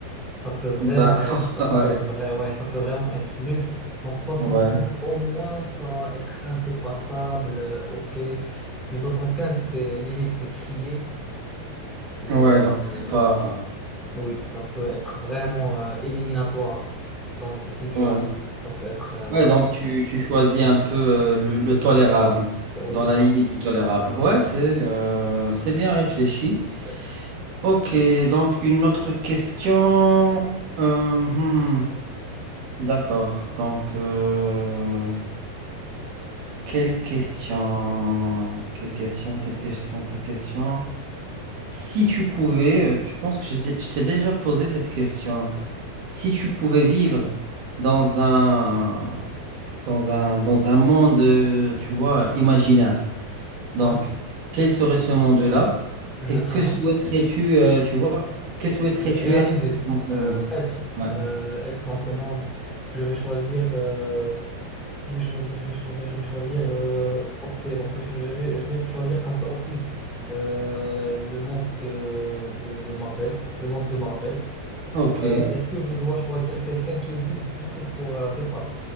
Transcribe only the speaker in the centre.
Ça peut vraiment
être, ça
peut
vrai, ouais, ça peut vraiment être nul. Donc 65,
au moins, ça va être un peu passable, euh, ok. Mais 75, c'est limite, c'est crier. C'est,
euh,
oui, ça peut être vraiment euh, éliminatoire dans des situations.
Ça peut être euh, vraiment,
ouais.
Ça, ouais,
c'est
ça.
C'est
ça.
C'est ça.
Ouais.
<laughs> Mhm.
mhm.
Ré- réaliser,
euh,
être,
euh, être dans ce monde. Je vais choisir, euh, je vais choisir, je vais choisir, je vais choisir. euh, ok, donc je, je vais, je vais me choisir comme ça au pif. Euh, le monde de, de, de Marvel, le monde de Marvel.
Euh, est-ce que je dois choisir quelqu'un qui existe du coup pour... euh, c'est ça.